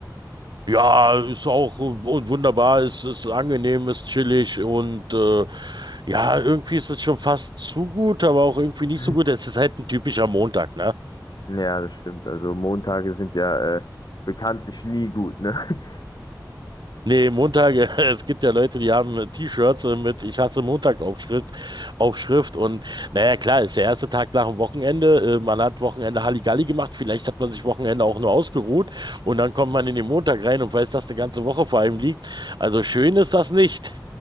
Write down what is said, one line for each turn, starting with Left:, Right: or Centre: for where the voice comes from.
Right: Ja, ist auch äh, und wunderbar, ist, ist angenehm, ist chillig und äh, ja, irgendwie ist es schon fast zu gut, aber auch irgendwie nicht
Left: <laughs>
Right: so gut. Es ist halt ein typischer Montag, ne?
Left: Ja, das stimmt. Also, Montage sind ja äh, bekanntlich nie gut, ne? <laughs>
Right: Nee, Montag, <laughs> es gibt ja Leute, die haben äh, T-Shirts äh, mit Ich hasse Montag Aufschrift, Aufschrift und naja, klar, ist der erste Tag nach dem Wochenende, äh, man hat Wochenende Halligalli gemacht, vielleicht hat man sich Wochenende auch nur ausgeruht und dann kommt man in den Montag rein und weiß, dass die ganze Woche vor einem liegt. Also schön ist das nicht.